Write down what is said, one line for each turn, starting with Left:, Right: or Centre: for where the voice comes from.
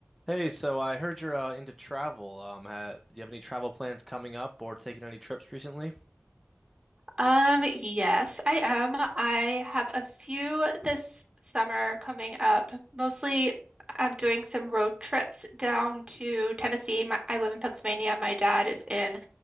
Centre: Hey, so I heard you're uh, into travel. Um, ha do you have any travel plans coming up or taking any trips recently?
Right: Um, yes, I am. I have a few this summer coming up. Mostly, I'm doing some road trips down to Tennessee. My, I live in Pennsylvania. My dad is in